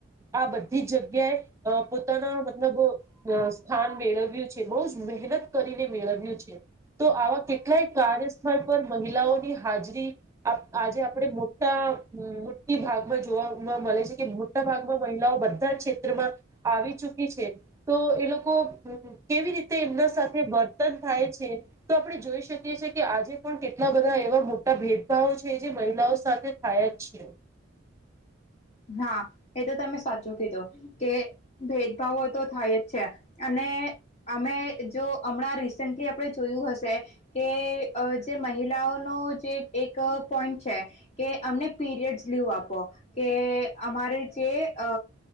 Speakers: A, on the right; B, on the left.
A: આ બધી જ જગ્યાએ પોતાના મતલબ સ્થાન મેળવ્યું છે બહુ જ મહેનત કરીને મેળવ્યું છે. તો આવા કેટલાય કાર્યસ્થળ પર મહિલાઓની હાજરી આજે આપણે મોટા હમ. ભાગમાં જોવાવામાં મળે છે કે મોટા ભાગમાં મહિલાઓ બધા ક્ષેત્રમાં આવી ચુકી છે તો એ લોકો કેવી રીતે એમના સાથે વર્તન થાય છે તો આપણે જોઈ શકીએ કે આજે પણ કેટલા બધા એવા મોટા ભેદભાવો છે જે મહિલાઓ સાથે થયા જ છે.
B: હા એ તો તમે સાચું કીધું કે ભેદભાવો તો થાય જ છે અને અમે જો હમણાં રીસેન્ટલી આપણે જોયું હશે કે જે જે એક પોઈન્ટ છે કે અમને પિરિયડ્સ લીવ આપો કે અમારે જે અ